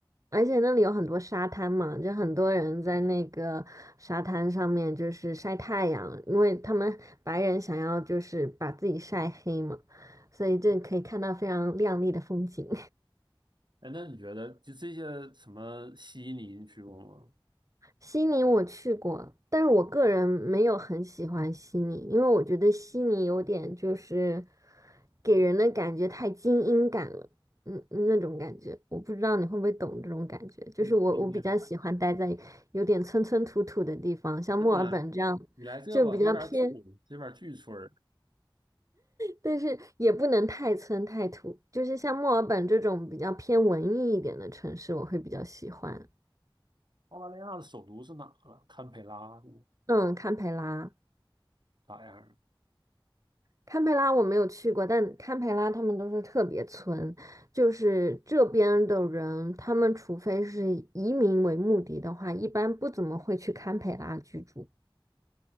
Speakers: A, on the right (about 40°); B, on the right (about 55°).
A: 而且那里有很多沙滩嘛，就很多人在那个沙滩上面就是晒太阳，因为他们白人想要就是把自己晒黑嘛，所以就可以看到非常亮丽的风景。
B: 哎，那你觉得就这些什么悉尼你去过吗？
A: 悉尼我去过，但是我个人没有很喜欢悉尼，因为我觉得悉尼有点就是给人的感觉太精英感了，嗯，那种感觉，我不知道你会不会懂这种感觉。就是我我比较喜欢待在有点村村土土的地方，
B: 太丢丢了。
A: 像墨尔本这样就比较偏，
B: 那你来，你来这吧，这边儿土，这边儿巨村儿
A: 但是也不能太村太土，就是像墨尔本这种比较偏文艺一点的城市，我会比较喜欢。
B: 澳大利亚的首都是哪啊？堪培拉是吗
A: 嗯，堪培拉。
B: 咋样？
A: 堪培拉我没有去过，但堪培拉他们都是特别村，就是这边的人，他们除非是移民为目的的话，一般不怎么会去堪培拉居住。